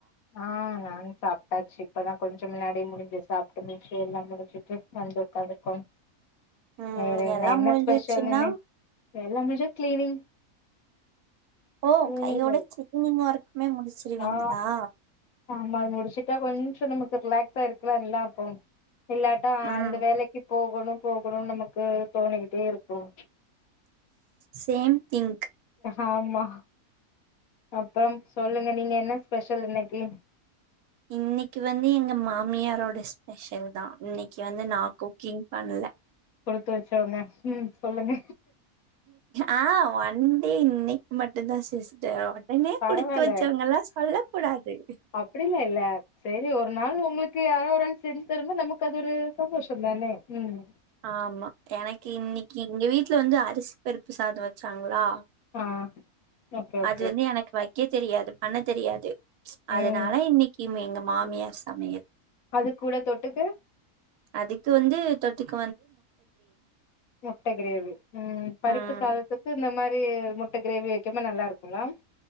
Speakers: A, on the left; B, on the right.
A: ஆ நானு சாப்பிட்டாச்சு இப்பதான் கொஞ்சம் முன்னாடிே முடிஞ்சு சாப்ட்டு முடுச்சு எல்லாம் முடிஞ்சுட்டு வந்து உடக்காந்ருக்கோம்
B: ம்
A: வேற என்ன
B: எல்லா
A: என்ன
B: முடிஞ்சிருச்சுன்னா
A: ஸ்பெஷல்னு எல்லாம் முஞ்சா கிளீனிங்
B: ஓ
A: கிளீனிங்
B: கையோட கீளினிங் ஒர்க்குமே முடிச்சிருவீங்களா
A: ஆ ஆமா அது முடிச்சுட்டா கொஞ்சோ நமக்கு ரிலாக்ஸா இருக்கலாம்ல்லாம் அப்போம் இல்லாட்டா
B: ம்
A: அந்த வேலைக்கு போ போகணும் போகணும் நமக்கு தோணிகிட்டே இருக்கும்
B: சேம் திங்க்
A: ஆமா அப்புறம் சொல்லுங்க நீங்க என்ன ஸ்பெஷல் இன்னைக்கு
B: இன்னைக்கு வந்து எங்க மாமியாரோட ஸ்பெஷல் தான் இன்னைக்கு வந்து நா குக்கிங் பண்ணல
A: கொடுத்து வச்சவங்க ம் சொல்லுங்க
B: ஆஹ் வந்து இன்னைக்கு மட்டும்தான் சிஸ்டர் உடனே
A: பரவால்ல
B: குடுத்து வச்சவங்கல்லாம் சொல்ல கூடாது
A: அப்டிலா இல்ல செரி ஒரு நாள் உங்களுக்கு யாரோ ஒரு ஆள் செஞ்சு தரும்போது நமக்கு அது ஒரு சந்தோஷம் தான உம்
B: ஆமா எனக்கு இன்னைக்கு இங்க வீட்டு வீட்ல வந்து அரிசி பருப்பு சாதம் வச்சாங்களா
A: ஆ ஓகே ஓகே
B: அது வந்து எனக்கு வைக் வைக்க தெரியாது பண்ண தெரியாது
A: ம்
B: அதனால இன்னைக்கு இவுங்க எங்க மாமியார் சமையல்
A: அது கூட தொட்டுக்க
B: அதுக்கு வந்து தொட்டுக்
A: முட்ட கிரேவி உம் பருப்பு
B: ம்
A: சாதத்துக்கு இந்த மாரி வி முட்ட கிரேவி வைக்கம்ப நல்லா இருக்கும்ங்களா